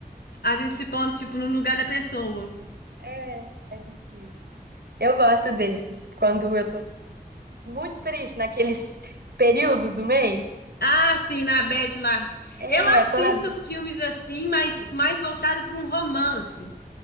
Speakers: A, on the left; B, on the right.
A: a gente se pondo, tipo, no lugar da pessoa.
B: É, é difícil. Eu gosto desses, quando eu tô muito triste, naqueles períodos do mês.
A: Ah, sim, na Bad lá.
B: É,
A: Eu assisto
B: tô na.
A: filmes assim, mas mais voltado para um romance.